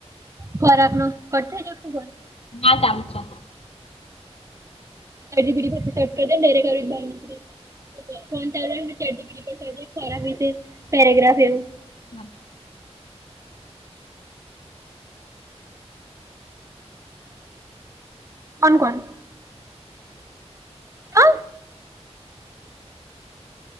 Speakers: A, on the right; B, on the left.
A: ખોરાબ ન કટ થઈ ગયો.
B: ના જમ છે.
A: ઢડી પીડીટ દેનેરે ઘ બાર નીકળે ચ ચજી પીડી પણે <unintelligible> એના લીધે પેરાગ્રાફ જેવું
B: હા.
A: કોણ કોણ? હ